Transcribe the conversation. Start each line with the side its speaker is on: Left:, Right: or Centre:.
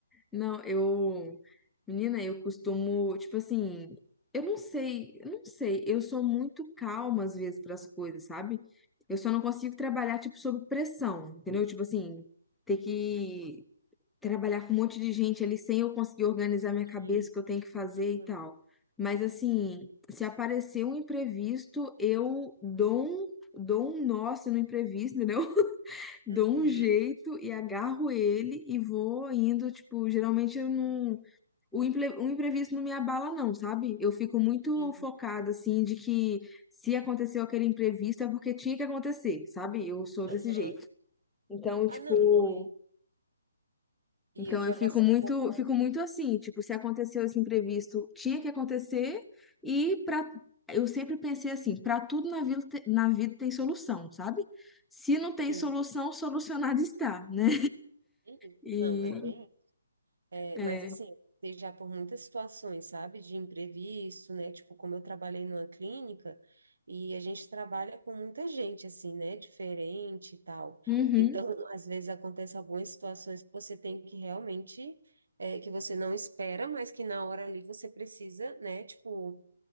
Centre: Não, eu. Menina, eu costumo, tipo assim, eu não sei, eu não sei, eu sou muito calma às vezes para as coisas, sabe? Eu só não consigo trabalhar, tipo, sob pressão, entendeu? Tipo assim, ter que trabalhar com um monte de gente ali sem eu conseguir organizar minha cabeça,
Right: Sim.
Centre: o que eu tenho que fazer
Right: Aham.
Centre: e tal. Mas assim, se aparecer um imprevisto, eu dou um, dou um nó assim, no imprevisto, entendeu? dou
Right: Uhum.
Centre: um jeito e agarro ele e vou indo, tipo, geralmente eu não. O, imple- o imprevisto não me abala, não, sabe? Eu fico muito
Right: Sim.
Centre: focada, assim, de que se aconteceu aquele imprevisto é porque tinha que acontecer, sabe? Eu sou
Right: Aham.
Centre: desse jeito. Então,
Right: Ah,
Centre: tipo.
Right: não. E, e
Centre: Então
Right: eu já
Centre: eu fico
Right: passei
Centre: muito,
Right: por.
Centre: fico muito assim, tipo, se aconteceu esse imprevisto, tinha que acontecer e para eu sempre pensei assim, para tudo na vida, te- na vida tem solução, sabe? Se não tem
Right: Sim.
Centre: solução, solucionado está, né?
Right: Uhum.
Centre: E,
Right: Não, é bem. É,
Centre: É,
Right: mas assim, eu já por muitas situações, sabe? De imprevisto, né? Tipo, como eu trabalhei numa clínica e a gente trabalha com muita gente, assim, né? Diferente e tal.
Centre: Uhum.
Right: Então, <laughs> às vezes acontece algumas situações que você tem que realmente. é, que você não espera, mas que na hora ali você precisa, né? Tipo.